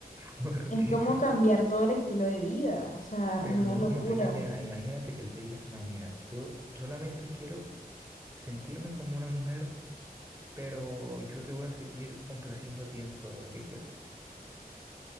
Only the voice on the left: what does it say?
es como cambiar todo el estilo de vida, o sea,
es una
locura.